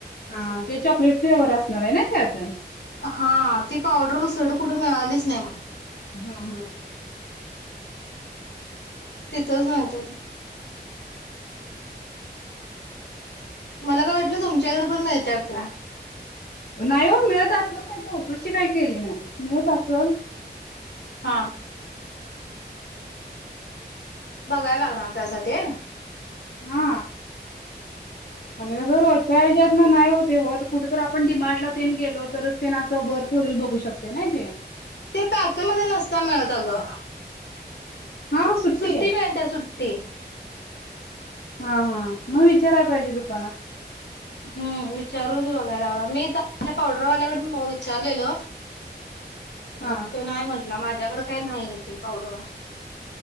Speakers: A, on the left (about 65°); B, on the left (about 80°).
A: हा ते चॉकलेट फ्लेवर असणार आहे. ना त्यात,
B: हा ती पावडर दुसरीकड कुठे मिळालीच नाही मला
A: हा हा.
B: तिथंच <inaudible> मला काय वाटलं तुमच्याकड, पण मिळत्या काय?
A: नाही हो, मिळत असल पण चौकशी काय केली नाही, मिळत असल.
B: हा. बघायला लागणार त्यासाठी <inaudible>
A: हा आणि कस रोचा हे जात नाही ओ होत होत कुठ तर आपण डी मार्टला तेन गेलो तरच ते असं वर ठेवलेल बघू शकते ना ते.
B: ते पॅकेज मध्ये नसत मिळत आगं.
A: हा
B: सुट्टी
A: आहे
B: मिळते सुट्टी.
A: हा हा मग विचारायला पाहिजे दुकानात.
B: हम्म विचारून बघाय लागणार मी त्यांच्या पावडरवाल्याकडून विचारलेलो.
A: हा
B: तो नाही म्हटला माझ. माझ्याकड काही नाही ती पावडर.